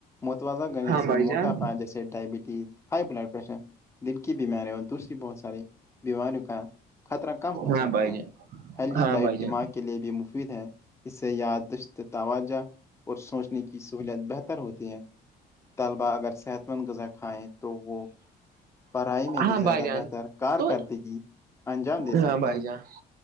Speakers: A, on the left; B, on the right.
A: متوازہ گجے
B: ہاں
A: سے
B: بھائی
A: موٹا
B: جان
A: پاائے جیسے ڈائبٹیز ہائی بلڈ پریشر دل کی بیماری اور دوسری بہت ساری بیماریوں کا خطرہ کم ہو
B: ہاں
A: جاتا
B: بھائی
A: ہے
B: جان
A: ہیلی
B: ہاں
A: ڈائٹ
B: بھائی جان
A: دماغ کے لیے بھی مفید ہے اس سے یادشت توجہ اور سوچنے کی سہولت بہتر ہوتی ہیں طلبا اگر صحت مند غذا کھائیں تو وہ پڑھائی میں
B: ہاں
A: بھی زیادہ
B: بھائی جان
A: بہتر کارکردگی
B: تو
A: انجام دے
B: ہاں
A: سکتے
B: بھائی
A: ہیں
B: جان